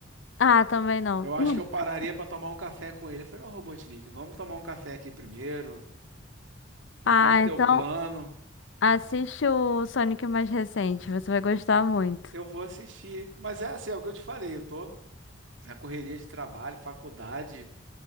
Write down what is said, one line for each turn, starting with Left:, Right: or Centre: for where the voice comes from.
Left: Ah, também não.
Right: Eu acho
Left: <clears throat>
Right: que eu pararia
Left: <laughs>
Right: pra tomar um café com ele. Eu falei, não, Robotnik, vamos tomar um café aqui primeiro, me
Left: Ah,
Right: conta o teu
Left: então
Right: plano,
Left: assiste o Sonic mais recente, você vai gostar muito.
Right: eu vou assistir. Mas é assim, é o que eu te falei, eu tô na correria de trabalho, faculdade,